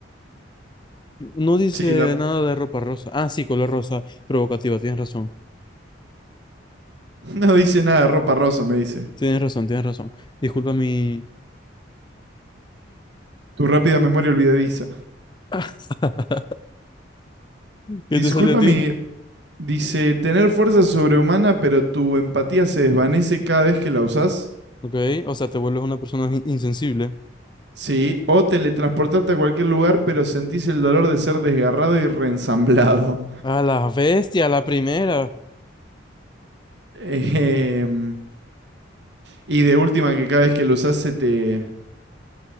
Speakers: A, on the left (about 25°); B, on the right (about 60°).
A: No dice
B: Sí, la-
A: nada de ropa rosa. Ah, sí, color rosa provocativa. Tienes razón.
B: <laughs> no dice nada, ropa rosa, me dice.
A: Tienes razón, tienes razón. Disculpa mi...
B: Tu rápida memoria olvidadiza.
A: <laughs> ¿Qué
B: Disculpa
A: te sale a ti?
B: mi Dice, tener fuerza sobrehumana, pero tu empatía se desvanece cada vez que la usás.
A: Ok, o sea, te vuelves una persona in- insensible.
B: Sí. O teletransportarte a cualquier lugar, pero sentís el dolor de ser desgarrado y reensamblado.
A: A la bestia, a la primera.
B: <laughs> Ejem, y de última, que cada vez que lo usás se te...